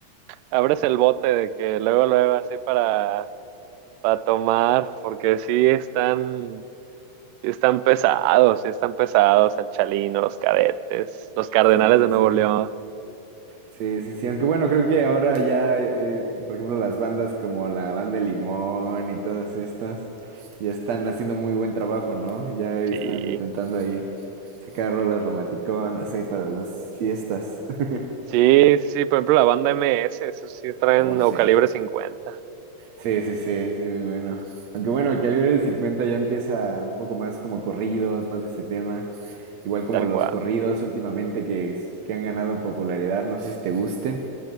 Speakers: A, on the right; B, on the right.
A: abres el bote de que luego, luego, así para, para tomar, porque sí están, sí están pesados, sí están pesados, el Chalino, los cadetes, los Cardenales
B: sí,
A: de
B: sí.
A: Nuevo León,
B: Sí, sí, sí, aunque bueno, creo que ahora ya, eh, eh, por ejemplo, las bandas como la Banda de Limón y todas estas, ya están haciendo muy buen trabajo, ¿no? Ya están
A: sí.
B: intentando ahí sacar rolas romanticonas ahí para las fiestas. <laughs>
A: Sí, sí, sí, por ejemplo, la banda M S eso sí traen
B: O sea,
A: o calibre 50,
B: sí, sí, sí, sí, muy bueno. Aunque bueno, el calibre de cincuenta ya empieza un poco más como corridos, más de ese tema. Igual como
A: tal
B: los
A: cual.
B: corridos últimamente que, es- que han ganado popularidad, no sé si te gusten.